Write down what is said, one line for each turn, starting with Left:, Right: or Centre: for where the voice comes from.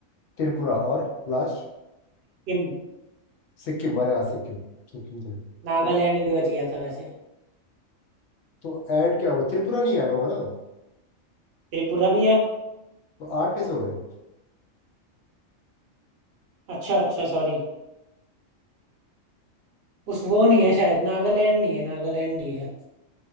Left: त्रिपुरा और लास्ट
Right: सिक्किम
Left: सिक्किम अरे हाँ सिक्किम सिक्किम तो है।
Right: नागालैंड भी बच गया था वैसे
Left: तो ऐड क्या हुआ त्रिपुरा नहीं ऐड होगा ना
Right: त्रिपुरा भी है
Left: तो आठ कैसे हो रहे हैं
Right: अच्छा अच्छा सॉरी उस वो नहीं है शायद नागालैंड नहीं है नागालैंड नहीं है